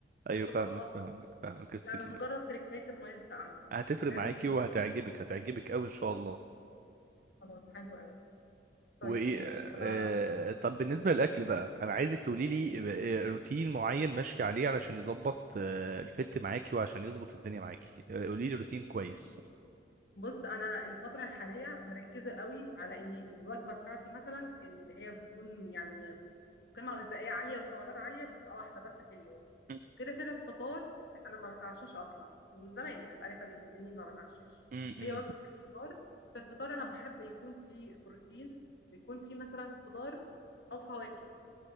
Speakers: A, on the right; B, on the left.
A: ايوه
B: تاخد
A: فاهمك
B: وقت اطول
A: فاهمك فاهمك السكين
B: لا انا هجرب تركاية المية الساقعة دي
A: هتفرق
B: لازم
A: معاكي
B: ت-
A: وهتعجبك هتعجبك قوي ان شاء الله
B: خلاص حلو قوي طيب
A: وايه
B: ماشي
A: آه
B: انا
A: طب بالنسبه للاكل بقى انا عايزك تقولي لي آه، روتين معين ماشي عليه علشان يظبط آه، الفت معاكي وعشان يظبط الدنيا معاكي قولي لي روتين كويس
B: بص انا الفترة الحالية مركزة قوي على ان الوجبة بتاعتي مثلا اللي هي بتكون يعني قيمة غذائية عالية وسعرات عالية بتبقى واحدة بس في اليوم
A: م-
B: كده كده الفطار انا ما بتعشاش اصلا من زمان يعني بقالي حوالي سنين ما بتعشاش
A: م- م-
B: هي وجبة الفطار في الفطار انا بحب يكون فيه بروتين ويكون فيه مثلا خضار او فواكه